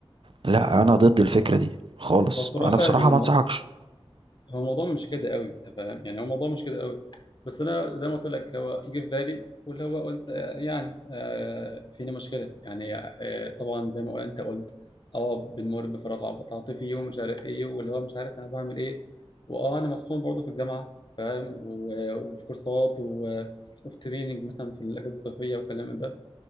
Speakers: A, on the right; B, on the left.
A: لا انا ضد الفكرة دي خالص
B: هو بصراحة
A: انا بصراحة
B: الم-
A: ما انصحكش
B: هو الموضوع مش كده قوي انت فاهم يعني هو الموضوع مش كده قوي بس انا زي ما قلت لك هو جه في بالي واللي هو قلت آه، يعني آه، فينا مشكله يعني آه، طبعا زي ما انت قلت اه بنمر بفراغ عاطفي ومش عارف ايه واللي هو مش عارف انا بعمل ايه واه انا مطحون برضه في الجامعه فاهم و- وفي كورسات و- وفي تريننج مثلا في الاجازه الصيفيه والكلام ده